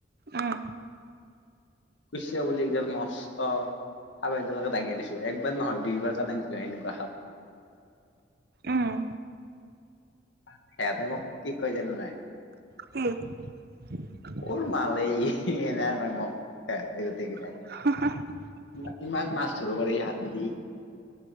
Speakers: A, on the right; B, on the left.
A: উম
B: খুচিয়াবলে এই যে মস্ত সাপ একডালকে দাঙি আনিছোঁ। একবাৰ নহয়, দুইবাৰকে দাঙিছো এনেকুৱা সাপ।
A: উম।
B: <unintelligible> মোক কি কয় জানা নাই?
A: কি?
B: সৰু মাল হে ই। এনে কয় মোক সেহেতি গোটেই কেইটাই।
A: <inaudible>
B: ইমা ইমান মাছ ধৰো পাৰে ই হাতেদি।